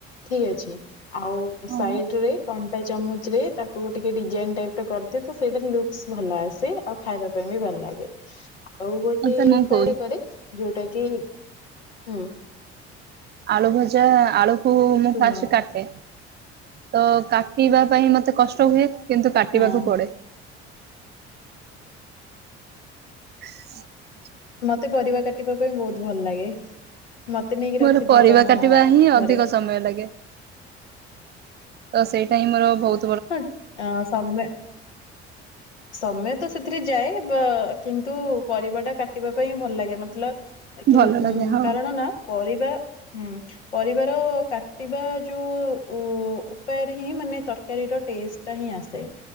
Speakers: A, on the left (about 85°); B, on the right (about 30°).
A: ଠିକ୍ ଅଛି। ଆଉ
B: ହଁ
A: ସାଇଡ୍ ରେ କ ଟା ଚାମୁଚ୍ ରେ ତାକୁ ଟିକେ ଡିଜାଇନ୍ ଟାଇପ୍ ର କରିଦିଏ ତ ସେଇଟା ଲୁକ୍ସ୍ ଭଲ ଆସେ ଆଉ ଖାଇବା ପାଇଁ ବି ଭଲ୍ ଲାଗେ। ଆଉ ଗୋଟେ
B: ତ ମୁଁ
A: ଉପାୟରେ
B: କହୁଛି
A: କରେ ଯୋଉଟା କି ହୁଁ।
B: ଆଳୁ ଭଜା ଆଳୁକୁ ମୁଁ
A: କୁହ
B: ଫାଷ୍ଟ୍ କାଟେ। ତ କାଟିବା ପାଇଁ ମତେ କଷ୍ଟ ହୁଏ। କିନ୍ତୁ କାଟିବାକୁ
A: ହଁ
B: ପଡେ। <unintelligible>
A: ମତେ ପରିବା କା ଟିବା ପାଇଁ ବହୁତ୍ ଭଲ୍ ଲାଗେ। ମତେ ନେଇକି ରଖିଦିଅ
B: ମୋର ପରିବା
A: ତମ
B: କାଟିବା ହିଁ ଅଧିକ
A: ଘରେ
B: ସମୟ ଲାଗେ। ତ ସେଇଟା ହି ମୋର ବହୁତ୍
A: ହେତ୍ ଅ ସମୟେ ସମେୟ୍ ତ ସେଥିରେ ଯାଏ ବା କିନ୍ତୁ ପରିବା ଟା କାଟିବା ପାଇଁ ଭଲ୍ ଲାଗେ ମତଲବ୍ କି
B: ଭଲ ଲାଗେ ହଁ
A: କାରଣ ନା ପରିବା ହୁଁ ପରିବାର କାଟିବା ଯୋଉ ଉ ଉପାୟରେ ହିଁ ମାନେ ତରକାରୀର ଟେଷ୍ଟ୍ ଟା ହିଁ ଆସେ।